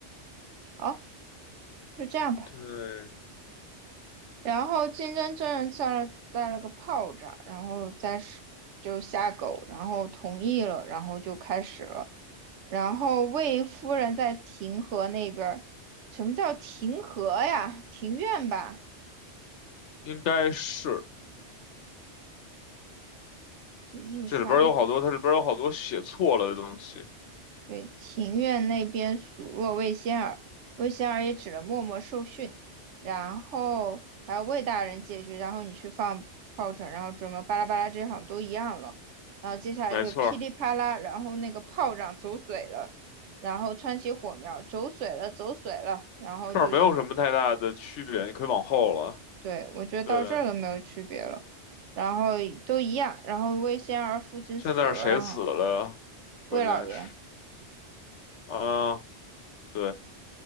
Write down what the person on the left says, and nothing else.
对，
应该是
这里边儿有好多，它里边儿有好多写错了的东西。
没错儿
这儿没有什么太大的区别，你可以往后了。
对，
现在是谁死了？
呀？
关键是啊，对，